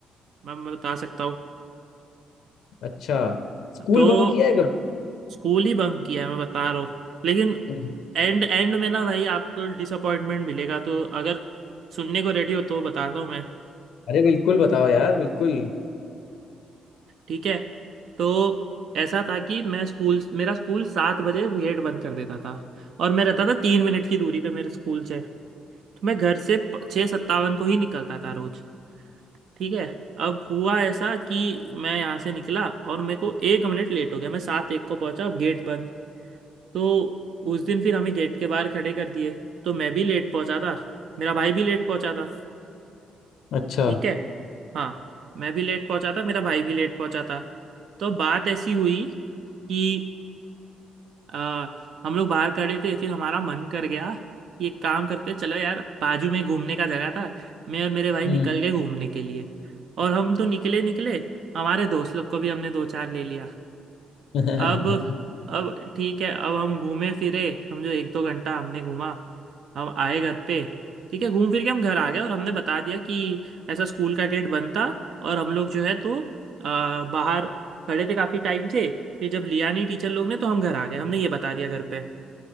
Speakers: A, on the right; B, on the left.
A: मैं मैं बता सकता हूँ
B: अच्छा स्कूल
A: तो
B: बंक किया है कभी
A: स्कूल ही बंक किया है मैं बता रहा हूँ लेकिन
B: <laughs>
A: एंड एंड में ना भाई आपको डिसअपॉइंटमेंट मिलेगा तो अगर सुनने को रेडी हो तो बताता हूँ मैं
B: अरे बिल्कुल बताओ यार बिल्कुल
A: ठीक है तो ऐसा था कि मैं स्कूल मेरा स्कूल सात बजे गेट बंद कर देता था और मैं रहता था तीन मिनट की दूरी पे मेरे स्कूल से तो मैं घर से प- छः सत्तावन को ही निकलता था रोज ठीक है अब हुआ ऐसा कि मैं यहाँ से निकला और मेरे को एक मिनट लेट हो गया मैं सात एक को पहुंचा अब गेट बंद तो उस दिन फिर हमें गेट के बाहर खड़े कर दिए तो मैं भी लेट पहुंचा था मेरा भाई भी लेट पहुंचा था
B: अच्छा
A: ठीक है हाँ मैं भी लेट पहुंचा था मेरा भाई भी लेट पहुंचा था तो बात ऐसी हुई कि आ, हम लोग बाहर खड़े थे फिर हमारा मन कर गया कि एक काम करते हैं, चलो यार बाजू में घूमने का जगह था मैं और मेरे भाई
B: हम्म
A: निकल गए घूमने के लिए और हम तो निकले निकले हमारे दोस्त लोग को भी हमने दो चार ले लिया
B: <laughs>
A: अब अब ठीक है अब हम घूमे फिरे समझो एक दो घंटा हमने घूमा हम आए घर पे ठीक है घूम फिर के हम घर आ गए और हमने बता दिया कि ऐसा स्कूल का गेट बंद था और हम लोग जो है तो अ, बाहर खड़े थे काफ़ी टाइम से फिर जब लिया नहीं टीचर लोग ने तो हम घर आ गए हमने ये बता दिया घर पे